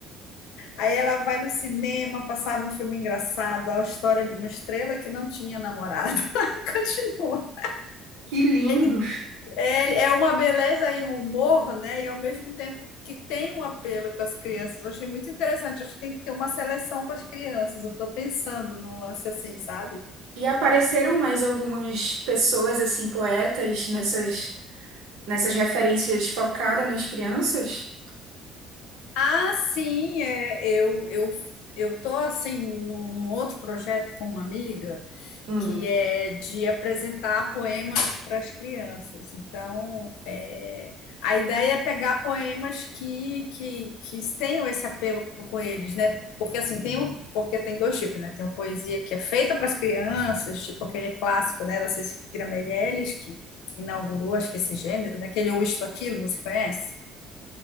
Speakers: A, on the left; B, on the right.
A: Aí ela vai no cinema, passava um filme engraçado, a história de uma estrela que não tinha namorado. <laughs> Aí continua.
B: Que lindo.
A: Ele, é, é uma beleza e um humor, né? E ao mesmo tempo que tem um apelo com as crianças. Eu achei muito interessante. Acho que tem que ter uma seleção para as crianças. Eu estou pensando num lance assim, sabe?
B: E apareceram mais algumas pessoas, assim, poetas nessas nessas referências focadas nas crianças?
A: Ah, sim, é, eu, eu, eu tô assim num, num outro projeto com uma amiga
B: Hum.
A: que é de apresentar poemas para as crianças. Então, é, a ideia é pegar poemas que, que, que tenham esse apelo com eles, né? Porque assim tem um, porque tem dois tipos, né? Tem uma poesia que é feita para as crianças, tipo aquele clássico, né, da Cecília Meirelles, que inaugurou, acho que esse gênero, né? Aquele Eu Isto Aquilo, você conhece?